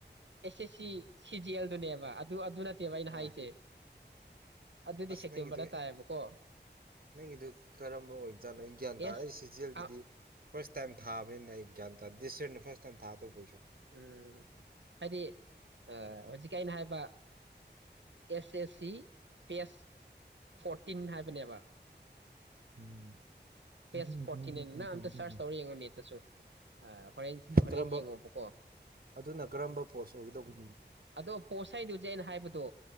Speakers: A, on the right; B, on the right.
A: ꯑꯦꯁꯦ ꯁꯤ
B: ꯎꯝ
A: ꯁꯤꯖꯤ ꯑꯜ ꯑꯗꯨꯅꯦꯕ ꯑꯗꯨ ꯑꯗꯨꯅꯠ ꯀꯩꯕ ꯑꯩꯅ
B: ꯍꯣꯏ
A: ꯍꯥꯏꯁꯦ ꯑꯗꯨꯗꯤ
B: ꯑꯁ
A: ꯁꯦꯞꯇꯦꯝꯕꯔꯗ
B: ꯅꯪꯒꯤꯗꯨ
A: ꯇꯥꯏꯌꯦꯕꯀꯣ
B: ꯅꯪꯒꯤꯗꯨ ꯀꯔꯝꯕ ꯑꯣꯏꯕꯖꯥꯠꯅꯣ ꯑꯩ ꯒ꯭ꯌꯥꯟ ꯇꯥꯏ
A: ꯑꯦꯁ
B: ꯑꯁ ꯁꯤꯖꯤ ꯑꯦꯜꯒꯤꯗꯤ
A: ꯑꯥ
B: ꯐꯥꯔꯁ ꯇꯥꯏꯝ ꯊꯥꯕꯅꯤꯅ ꯑꯩ ꯒ꯭ꯌꯥꯟ ꯇꯥꯗꯦ ꯗꯤꯁ ꯌꯥꯔꯅ ꯐ꯭ꯔꯥꯁ ꯇꯥꯏꯝ ꯊꯥꯗꯧꯕꯣꯏꯁꯨ
A: ꯎꯝ ꯍꯥꯏꯗꯤ ꯑ ꯍꯧꯖꯤꯛ ꯑꯩꯅ ꯍꯥꯏꯕ ꯑꯦꯁ ꯑꯦꯁ ꯁꯤ ꯐꯦꯁ ꯐꯣꯔꯇꯤꯟ ꯍꯥꯏꯔ ꯕꯅꯦꯕ
B: ꯎꯝ
A: ꯄꯦꯖ
B: ꯎꯝ ꯎꯝ ꯑꯗꯨꯅ
A: ꯐꯣꯔꯇꯤꯅꯥꯟ
B: ꯀꯔꯝꯕ ꯀꯣꯜ
A: ꯅꯪ
B: ꯇꯧꯒꯗꯧꯕ
A: ꯑꯝꯇ ꯁꯔ꯭ꯁ ꯇꯧꯔ ꯌꯦꯡꯉꯣ ꯅꯦꯠꯇꯁꯨ ꯍꯣꯔꯦꯟ ꯍꯣꯔꯦꯟ
B: ꯀꯔꯝꯕ
A: ꯌꯦꯡꯉꯣꯕꯀꯣ
B: ꯑꯗꯨꯅ ꯀꯔꯝꯕ ꯄꯣꯁ ꯑꯣꯏꯒꯗꯧꯕꯅꯣ
A: ꯑꯗꯣ ꯄꯣꯠꯁꯗꯨꯁꯦ ꯑꯩꯅ ꯍꯥꯏꯕꯗꯣ